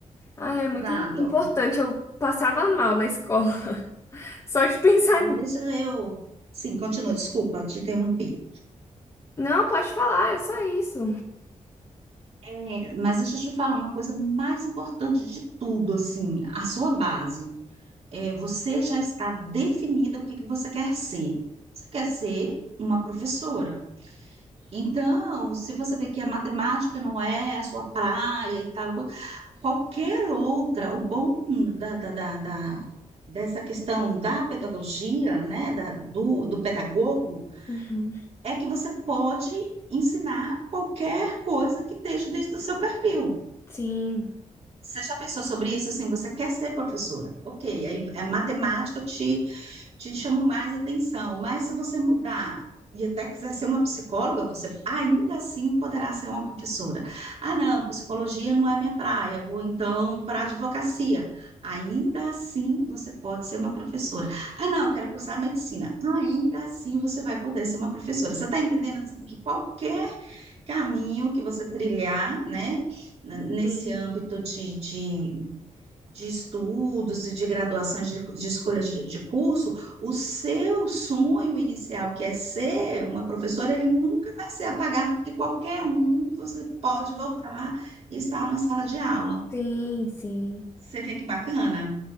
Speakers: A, on the left; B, on the right.
A: Ah, é
B: Exato.
A: muito im- importante. Eu passava mal na escola <laughs> só de pensar
B: Mas deixa eu. Sim, continua, desculpa, te interrompi.
A: Não, pode falar, era só isso.
B: É, mas deixa eu te falar uma coisa mais importante de tudo, assim, a sua base. É, você já está definida o que que você quer ser. Você quer ser uma professora. Então, se você vê que a matemática não é a sua praia e tal, qualquer outra, o bom da, da, da, da- dessa questão da pedagogia, né, da, do, do pedagogo,
A: Uhum.
B: é que você pode ensinar qualquer coisa que esteja dentro do seu perfil.
A: Sim,
B: Você já pensou sobre isso? Assim, você quer ser professora? Ok, aí a matemática te te chamam mais atenção. Mas se você mudar e até quiser ser uma psicóloga, você ainda assim poderá ser uma professora. Ah, não, psicologia não é minha praia, vou então para a advocacia. Ainda assim você pode ser uma professora. Ah, não, quero cursar medicina. Ainda assim você vai poder ser uma professora. Você está entendendo assim, que qualquer caminho que você trilhar, né, n- nesse
A: Sim.
B: âmbito de, de de estudos e de graduações de, de escolhas de, de curso, o seu sonho inicial, que é ser uma professora, ele nunca vai ser apagado, porque qualquer um você pode voltar e estar na sala de aula.
A: sim, sim.
B: Você vê que bacana?